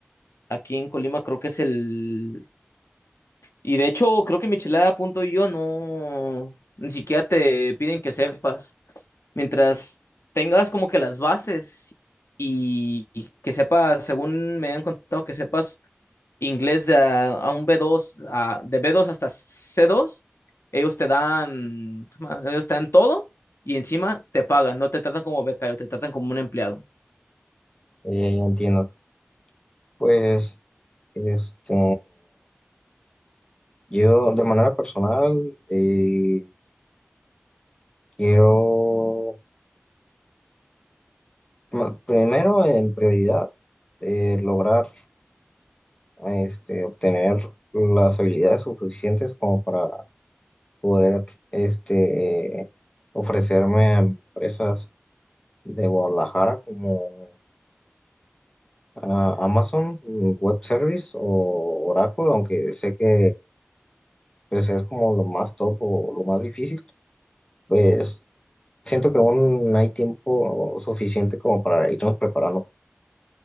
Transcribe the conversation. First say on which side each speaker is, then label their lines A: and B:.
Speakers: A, on the left; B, on the left.
A: Aquí en Colima creo que es el Y de hecho, creo que michelada.io no, ni siquiera te piden que sepas. Mientras tengas como que las bases y, y que sepas, según me han contado, que sepas inglés de a, a un b dos a- de b dos hasta c dos ellos te dan, ellos te dan todo y encima te pagan, no te tratan como becario, te tratan como un empleado.
B: Eh, ya entiendo. Pues... Este, Yo, de manera personal, eh, quiero, ma- primero, en prioridad, eh, lograr este, obtener las habilidades suficientes como para poder este, ofrecerme a empresas de Guadalajara como ah, Amazon mm, Web Service o Oracle, aunque sé que pues, es como lo más top o lo más difícil. Pues Siento que aún hay tiempo suficiente como para irnos preparando.